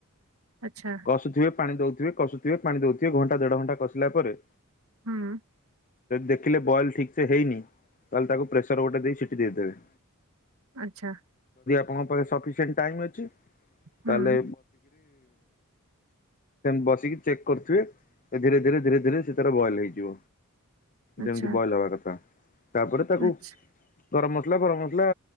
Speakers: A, on the right (about 80°); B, on the left (about 40°).
A: ଆଚ୍ଛା
B: କଷୁଥିବେ ପାଣି ଦଉ ଥିବେ କଷୁଥିବେ ପାଣି ଦଉଥିବେ ଘଣ୍ଟା ଦେଢ ଘଣ୍ଟା କଷିଲା ପରେ
A: ହୁଁ
B: ଦେଖିଲେ ବଏଲ ଠିକ ସେ ହେଇନି ତାହେଲେ ତାକୁ ପ୍ରେସର ଗୋଟେ ଦେଇ ସିଟି ଦେଇ ଦେବେ
A: ଆଛା
B: ଆପଣଙ୍କ ପାଖ ସିସିାଇ ଅଛି।
A: ହୁଁ
B: ତାହଲେ ବସିକି ଚେକ୍ କରୁଥିବେ ଧୀରେ ଧୀରେ ଧୀରେ ଧୀରେ ସୋର ବଏଲ ହେଇଯିବ।
A: ଆଚ୍ଛା
B: ଯେମିତି ବଏଲ ହବା କଥା ତାପରେ ତାକୁ
A: ଆଚ୍ଛା
B: ଗରମ ମସଲା ଗରମ ମସଲା